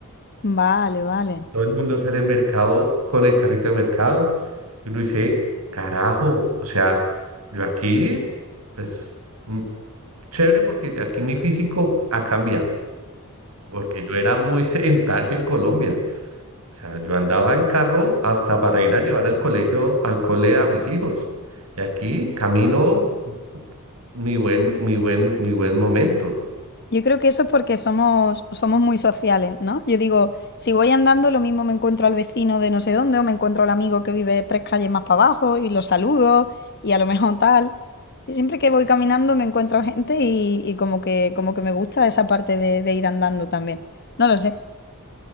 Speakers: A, on the left (about 50°); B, on the right (about 80°).
A: Vale, vale.
B: Todo el mundo sale al mercado con el carrito de mercado. Y uno dice, carajo, o sea, yo aquí, pues, mm, chévere porque aquí mi físico ha cambiado. Porque yo era muy <laughs> sedentario en Colombia. O sea, yo andaba en carro hasta para ir a llevar al colegio, al cole a mis hijos. Y aquí camino mi buen, mi buen, mi buen momento.
A: Yo creo que eso es porque somos, somos muy sociales, ¿no? Yo digo, si voy andando, lo mismo me encuentro al vecino de no sé dónde, o me encuentro al amigo que vive tres calles más para abajo y lo saludo, y a lo mejor tal. Y siempre que voy caminando me encuentro gente y, y como que, como que me gusta esa parte de, de ir andando también. No lo sé.